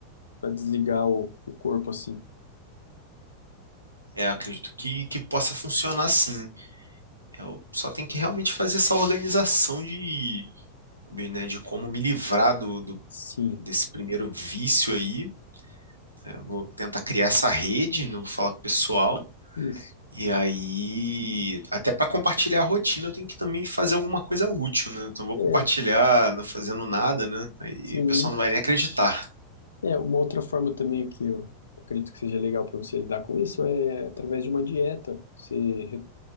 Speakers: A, on the left (about 70°); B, on the right (about 80°).
A: para desligar o, o corpo, assim.
B: é, acredito que, que possa funcionar sim. Eu só tenho que realmente fazer essa organização de Bem, né, de como me livrar do, do-
A: Sim,
B: desse primeiro vício aí. né? Vou tentar criar essa rede, não vou falar com o pessoal.
A: isso.
B: E aí, até para compartilhar a rotina, eu tenho que também fazer alguma coisa útil, né? Então, eu vou
A: É,
B: compartilhar não fazendo nada, né? Aí
A: sim.
B: o pessoal não vai nem acreditar.
A: É, uma outra forma também que eu acredito que seja legal para você lidar com isso é através de uma dieta. Você, re-